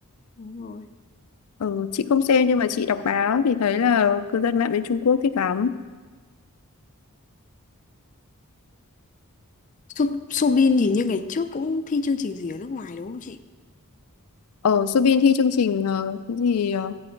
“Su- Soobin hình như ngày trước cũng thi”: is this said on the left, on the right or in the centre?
Left